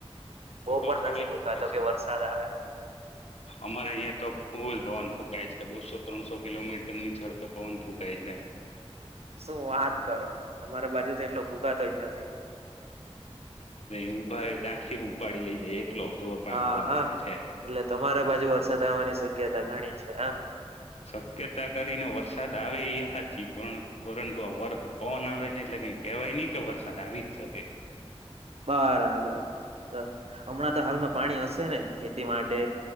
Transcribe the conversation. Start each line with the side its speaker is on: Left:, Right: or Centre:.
Right: બહુ
Left: થોડો
Right: પણ
Left: થોડો
Right: નથી ફૂંકાતો
Left: ફુકાય છે,
Right: કે વરસાદ આવે
Left: અમારે અહિયાં તો ફૂલ પવન ફૂંકાય છે, બસો, ત્રણસો કિલોમીટર ની ઝડ પે પવન ફૂંકાય છે
Right: શું વાત કરો? અમારે બાજુ તો એટલો ફૂંકાતો જ નથી.
Left: ઊભા હોય ત્યાંથી ઉપાડી લઈ જાય. એટલો જોર પા
Right: હા
Left: પવન
Right: હા,
Left: આવે છે
Right: એટલે તમારા બાજુ વરસાદ આવવાની શક્યતા ઘણી છે, આમ
Left: શક્યતા કરીને વરસાદ આવે એ હાચી પણ, પરંતુ આ પવન આવે છે એટલે કઈ કેહેવાય નહી કે વરસાદ આવી જ શકે.?
Right: બરાબર તો હમણાં તો હાલમાં પાણી હશે ને? માટે